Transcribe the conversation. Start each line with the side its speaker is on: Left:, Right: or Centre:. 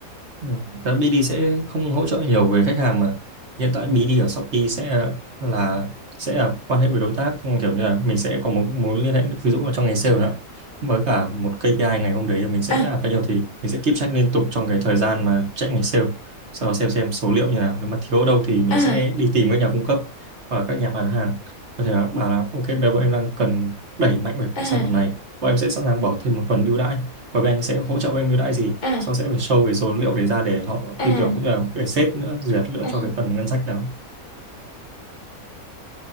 Right: Ừ. Đó, BD sẽ không hỗ trợ nhiều về khách hàng mà hiện tại BD ở Shopee sẽ là sẽ là quan hệ với đối tác kiểu như là mình sẽ có một mối liên hệ ví dụ là trong ngày sale nữa với cả một KPI ngày hôm đấy là mình sẽ
Left: À,
Right: đạt bao nhiêu thì mình sẽ keep track liên tục trong cái thời gian mà chạy ngày sale sau đó xem xem số liệu như nào nếu mà thiếu ở đâu thì mình
Left: à
Right: sẽ đi tìm các nhà cung cấp và các nhà bán hàng có thể là bảo là ok bây giờ bọn em đang cần đẩy mạnh về
Left: à
Right: sản phẩm này bọn em sẽ sẵn sàng bỏ thêm một phần ưu đãi và bên anh sẽ hỗ trợ bên em ưu đãi gì
Left: à
Right: sau sẽ phải show cái số liệu đấy ra để họ
Left: à
Right: tin tưởng cũng như là để sếp nữa duyệt nữa
Left: à
Right: cho cái phần ngân sách đó